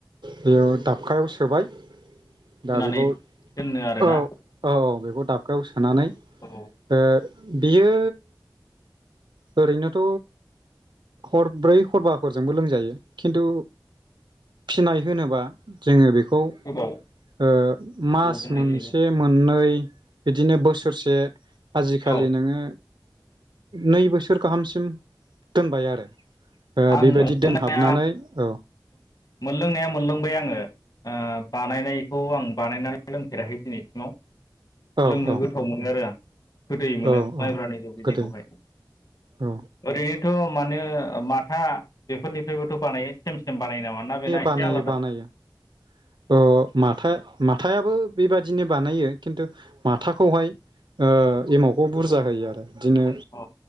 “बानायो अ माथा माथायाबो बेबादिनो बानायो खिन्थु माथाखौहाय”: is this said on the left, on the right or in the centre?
Right